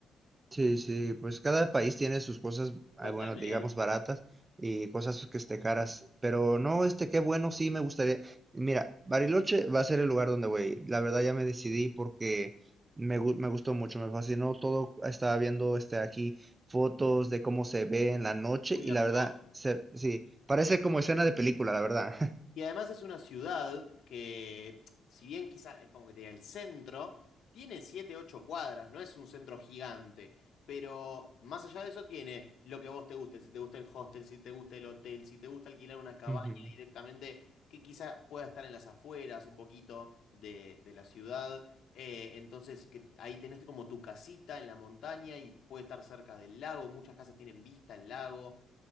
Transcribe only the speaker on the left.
Totalmente,
muy
hermoso.
Y además es una ciudad que, si bien quizás es como que te diga el centro, tiene 7 8 cuadras, no es un centro gigante. Pero más allá de eso tiene lo que a vos te guste, si te gusta el hostel, si te gusta el hotel, si te gusta alquilar una cabaña
directamente, que quizá pueda estar en las afueras un poquito de, de la ciudad. Eh, entonces, que ahí tenés como tu casita en la montaña y puede estar cerca del lago, muchas casas tienen vista al lago.